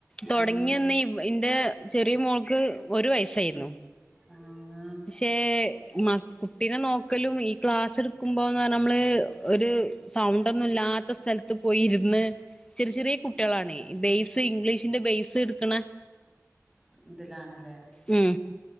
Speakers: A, on the left; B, in the centre.
A: തുടങ്ങിയന്ന്
B: ആഹ്
A: എന്റെ ചെറിയ മോൾക്ക് ഒരു വയസായിരുന്നു
B: ആഹ്
A: പക്ഷേ മ കുട്ടിനെ നോക്കലും ഈ ക്ലാസ് എടുക്കുമ്പോന്ന് പറ നമ്മള് ഒരു സൗണ്ട് ഒന്നും ഇല്ലാത്ത സ്ഥലത്ത് പോയി ഇരുന്ന് ചെറിയ ചെറിയ കുട്ടികളാണേ ബേസ് ഇംഗ്ലീഷിന്റെ ബേസ് എടുക്കണ
B: ഇതിലാണല്ലേ
A: ഉം